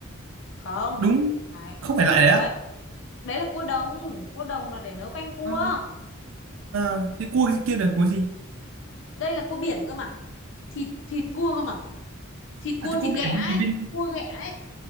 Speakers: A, on the left (about 65°); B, on the right (about 70°).
A: Không.
B: đúng
A: Đấy,
B: không
A: không
B: phải
A: phải
B: lại
A: cua
B: đấy
A: đấy.
B: á
A: Đấy là cua đồng, cua đồng là để nấu canh cua.
B: à, à, thế cua kia là cua gì
A: Đây là cua biển cơ mà. Thịt thịt cua cơ mà. thịt cua
B: à thế cua
A: thịt ghẹ
B: biển
A: ấy
B: thì bên
A: cua ghẹ ấy